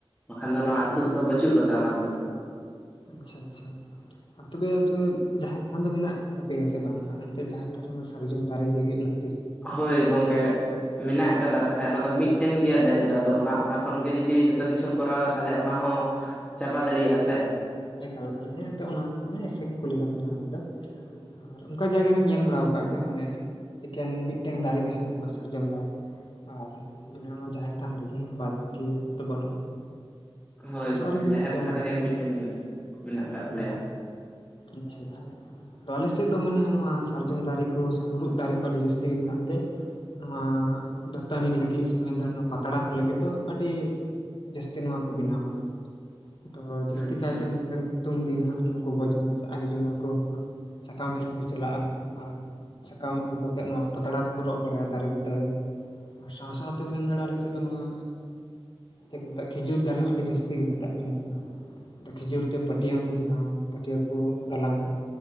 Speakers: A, in the centre; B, on the left.
A: ᱵᱟᱠᱷᱟᱱ
B: ᱚᱱᱠᱟ
A: ᱫᱚ ᱱᱚᱣᱟ
B: ᱞᱮᱠᱟ
A: ᱟᱹᱛᱩ ᱨᱮᱫᱚ ᱵᱟᱹᱪᱩᱜ ᱟᱠᱟᱫᱟ ᱚᱱᱟ ᱠᱚᱫᱚ᱾
B: ᱟᱪᱷᱟ ᱟᱪᱷᱟ ᱟᱨ ᱛᱚᱵᱮ ᱛᱮ ᱡᱟ ᱠᱷᱟᱱ ᱫᱚ ᱢᱮᱱᱟᱜ ᱛᱟᱯᱮᱭᱟ ᱥᱮ ᱵᱟᱝ? ᱮᱱᱛᱮ ᱡᱟᱦᱮᱨ ᱛᱷᱟᱱ ᱨᱮ ᱢᱟ ᱥᱟᱨᱡᱚᱢ ᱫᱟᱨᱮ ᱜᱮ ᱦᱳᱭᱚᱜ ᱞᱟᱠᱛᱤ᱾
A: ᱦᱳᱭ ᱜᱚᱝᱠᱮ ᱢᱮᱱᱟᱜ ᱟᱠᱟᱫᱟ ᱛᱟᱦᱚᱞᱮ ᱚᱱᱟ ᱫᱚ ᱢᱤᱫ ᱛᱟᱦᱮᱱ ᱜᱮᱭᱟ ᱫᱟᱨᱮ ᱫᱚ ᱟᱫᱚ ᱚᱱᱟ ᱠᱷᱚᱱ ᱜᱮ ᱡᱩᱫᱤ ᱡᱚᱛᱚ ᱠᱤᱪᱷᱩᱢ ᱠᱚᱨᱟᱣᱟ ᱛᱟᱦᱚᱞᱮ ᱚᱱᱟ ᱦᱚᱸ ᱪᱟᱵᱟ ᱫ ᱫᱟᱲᱮᱭᱟᱜᱼᱟ ᱥᱮ
B: ᱮᱠᱟᱞ ᱮᱠᱟᱞ ᱦᱮᱸᱛᱚ ᱚᱱᱟ ᱢᱟᱱᱮ ᱮᱥᱮ ᱠᱚ ᱠᱩᱞᱤ ᱠᱟᱱ ᱛᱟᱦᱮᱱᱟ ᱱᱚᱣᱟ ᱫᱚ᱾ ᱟᱨ ᱚᱱᱠᱟ ᱡᱟᱭᱜᱟ ᱨᱤᱧ ᱧᱮᱞ ᱵᱟᱲᱟ ᱟᱠᱟᱫ ᱜᱮᱭᱟ ᱢᱟᱱᱮ ᱮᱠᱮᱱ ᱢᱤᱫᱴᱮᱱ ᱫᱟᱨᱮ ᱛᱟᱦᱮᱱ ᱛᱟᱠᱚᱣᱟ ᱥᱟᱨᱡᱚᱢ ᱫᱟᱨᱮ᱾ ᱟᱨ ᱚᱱᱮ ᱚᱱᱟ ᱡᱟᱦᱮᱨ ᱛᱷᱟᱱ ᱨᱮᱜᱮ ᱵᱟᱫᱽ ᱵᱟᱹᱠᱤ ᱫᱚ ᱵᱟᱹᱱᱩᱜᱼᱟ᱾
A: ᱦᱳᱭ
B: ᱱᱚᱝᱠᱟ
A: ᱜᱚᱝᱠᱮ
B: ᱨᱮ ᱢᱮᱱᱟᱜ
A: ᱡᱟᱦᱮᱨ
B: ᱜᱮᱭᱟᱢᱟ
A: ᱛᱷᱟᱱ ᱨᱮᱜᱮ ᱢᱤᱫᱴᱮᱱ ᱜᱮ ᱢᱮᱱᱟᱜ ᱟᱠᱟᱫ
B: ᱦᱮᱸ
A: ᱛᱟᱞᱮᱭᱟ
B: ᱟᱪᱷᱟ ᱟᱪᱷᱟ ᱟᱫᱚ ᱟᱞᱮ ᱥᱮᱫ ᱫᱚ ᱢᱟᱱᱮ ᱱᱚᱣᱟ ᱥᱟᱨᱡᱚᱢ ᱫᱟᱨᱮ ᱠᱚ ᱥᱮ ᱢᱩᱨᱩᱫ ᱫᱟᱨᱮ ᱠᱚ ᱟᱹᱰᱤ ᱡᱟᱹᱥᱛᱤ ᱜᱮ ᱢᱮᱱᱟᱜ ᱛᱮ᱾ ᱱᱚᱣᱟ ᱫᱟᱹᱛᱟᱹᱱᱤ ᱞᱟᱹᱜᱤᱫ ᱥᱮ ᱢᱮᱱᱫᱚ ᱱᱚᱣᱟ ᱯᱟᱛᱲᱟ ᱠᱚ ᱞᱟᱹᱜᱤᱫ ᱫᱚ ᱟᱹᱰᱤ ᱡᱟᱹᱥᱛᱤ ᱱᱚᱣᱟ ᱠᱚ ᱵᱮᱱᱟᱣᱟ ᱛᱚ ᱡᱟᱹᱥᱛᱤ
A: ᱟᱪᱪᱷᱟ
B: ᱠᱟᱭᱛᱮ ᱥᱤᱛᱩᱝ ᱫᱤᱱ ᱦᱟᱸᱜ ᱱᱚᱣᱟ ᱜᱚᱜᱚ ᱡᱚᱱᱟ ᱥᱮ ᱟᱭᱳ ᱡᱚᱱᱟ ᱠᱚ ᱥᱟᱠᱟᱢ ᱦᱮᱡ ᱠᱚ ᱪᱟᱞᱟᱜᱼᱟ᱾ ᱟᱨ ᱥᱟᱠᱟᱢ ᱟᱹᱜᱩ ᱠᱟᱛᱮᱫ ᱱᱚᱣᱟ ᱯᱟᱛᱲᱟ ᱠᱚᱠᱚ ᱨᱚᱜ ᱵᱟᱲᱟᱭᱟ ᱫᱟᱨᱮ ᱵᱩᱴᱟᱹᱨᱮ᱾ ᱟᱨ ᱥᱟᱶ ᱥᱟᱶᱛᱮᱢ ᱢᱮᱱ ᱫᱟᱲᱮᱭᱟᱜᱼᱟ ᱟᱞᱮ ᱥᱮᱫ ᱫᱚ ᱱᱚᱣᱟ ᱪᱮᱫ ᱠᱚ ᱢᱮᱛᱟᱜᱼᱟ ᱠᱷᱮᱡᱩᱨ ᱫᱟᱨᱮ ᱦᱚᱸ ᱟᱹᱰᱤ ᱡᱟᱹᱥᱛᱤ ᱜᱮ ᱢᱮᱛᱟᱜ ᱢᱮᱱᱟᱜᱼᱟ᱾ ᱟᱫᱚ ᱠᱷᱤᱡᱩᱨ ᱛᱮ ᱯᱟᱹᱴᱭᱟᱹ ᱦᱚᱸᱠᱚ ᱵᱮᱱᱟᱣᱟ ᱯᱟᱹᱴᱭᱟᱹ ᱠᱚ ᱜᱟᱞᱟᱝᱼᱟ᱾